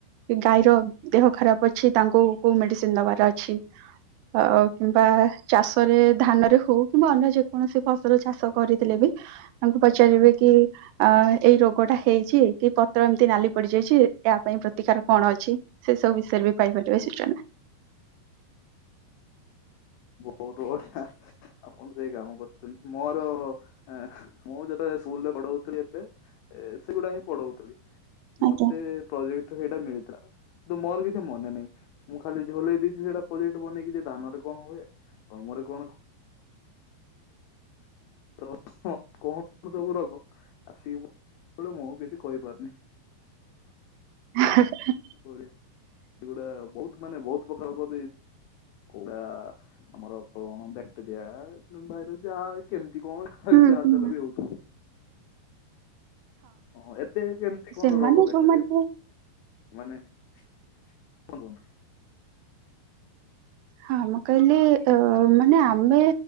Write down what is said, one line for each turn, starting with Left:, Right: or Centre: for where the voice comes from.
Right: ଇ ଗାଈର ଦେହ ଖରାପ ଅଛି ତାଙ୍କୁ କୋଉ ମେଡ଼ିସିନ୍ ଦବାର ଅଛି? ଅ କିମ୍ବା ଚାଷରେ ଧାନରେ ହଉ କିମ୍ବା ଅନ୍ୟ ଯେକୌଣସି ଫସଲ ଚାଷ କରିଥିଲେ ବି ଆଙ୍କୁ ପଚାରିବେ କି? ଅ ଏଇ ରୋଗ ଟା ହେଇଛି କି ପତ୍ର ଏମିତି ନାଲି ପଡିଯାଇଛି ୟ ପାଇଁ ପ୍ରତିକାର କଣ ଅଛି ସେ ସବୁ ବିଷୟରେ ବି ପାଇପାରିବେ ସୂଚନା।
Left: ବହୁତ ବଢିଆ ଆପଣ ସେଇ ଗାଁକୁ <unintelligible> ନ୍ତି ମୋର ହଁ ମୁଁ ଯେତେବେଳେ ସ୍କୁଲ ରେ ପଢ ହଉଥିଲି ଏବେ ସେଗୁଡା ହିଁ ପଢଉଥିଲି ମତେ
Right: ଆଜ୍ଞା
Left: ପ୍ରୋଜେକ୍ଟ ସେଇଟା ମିଳିଥିଲା। ତୁ ମୋର କିଛି ମନେ ନାହିଁ ମୁଁ ଖାଲି ଝୋଲେଇ ଦେଇଛି ସେଟା ପ୍ରୋେକ୍ଟ ବନେଇକି ଧାନରେ। କଣ ହୁଏ ତମର କଣ? <unintelligible> ସେଳୁ ମୁଁ କିଛି କହିପାରୁନି?
Right: ହେ ହେ ହେ
Left: କ ସେଗୁଡା ବହୁତ ମାନେ ବହୁତ ପଖ କା ଆମର କଣ ବକ୍ଟରିଆ ବା ଯାହା କେମିତି କଣ ଯାହାଦାର
Right: ହୁଁ ହୁଁ
Left: ବି ହଉଛି? ହଁ ଏବେ କେମିତି କଣ
Right: ସେମାନେ
Left: ରୋଗ ଦେଖାଯାଏ,
Right: ଯୋଉମାନେ
Left: ମାନେ କଣ କୁହନ୍ତୁ?
Right: ହଁ ମୁଁ କହିଲି ଅ ମାନେ ଆମେ